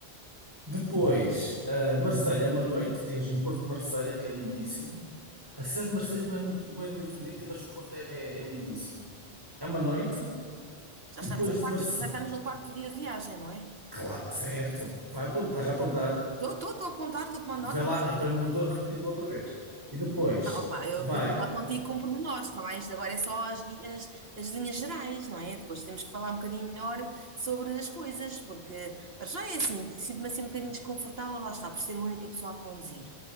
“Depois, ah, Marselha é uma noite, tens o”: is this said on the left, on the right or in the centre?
Right